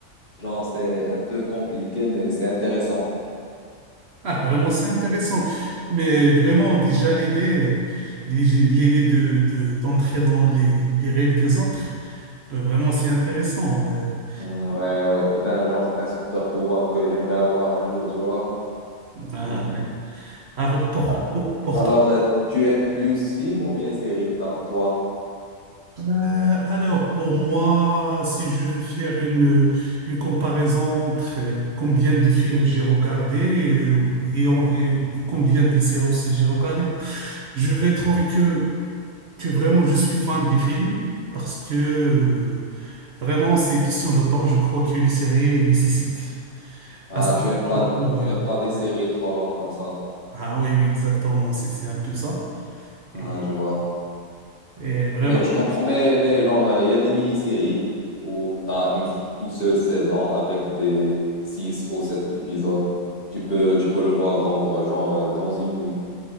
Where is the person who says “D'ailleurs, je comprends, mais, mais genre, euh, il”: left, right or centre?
Left